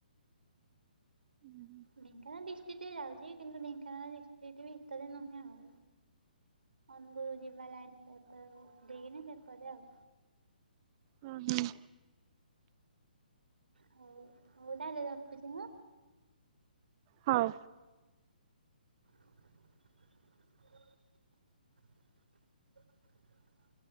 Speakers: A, on the right; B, on the right.
A: ଅଁ, ହଁ।
B: ଢେଙ୍କାନାଳ ଡିଷ୍ଟିକ୍ ରେ ଯାଉଛି କିନ୍ତୁ ଢେଙ୍କାନାଳ ଡିଷ୍ଟିକ୍ ଭିତରେ ନୁହେଁ ଆଉ। ଅନୁଗୁଳ ଯିବା ଲାଇନ୍ <unintelligible> ଦେଇକିନି ସେପଟେ ଆଉ।
A: ହଁ, ହଁ।
B: ହଉ ହଉ ତାହେଲେ ରଖୁଛି ହଁ।
A: ହଉ।
B: <inaudible>